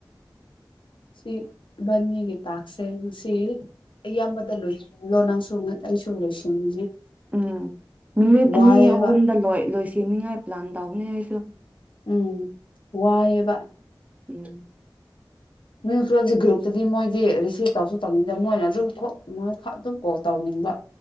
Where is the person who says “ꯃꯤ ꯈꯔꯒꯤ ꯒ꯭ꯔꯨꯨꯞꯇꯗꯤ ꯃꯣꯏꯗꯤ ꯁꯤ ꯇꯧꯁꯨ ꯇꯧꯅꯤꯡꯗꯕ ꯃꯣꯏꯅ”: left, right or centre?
Left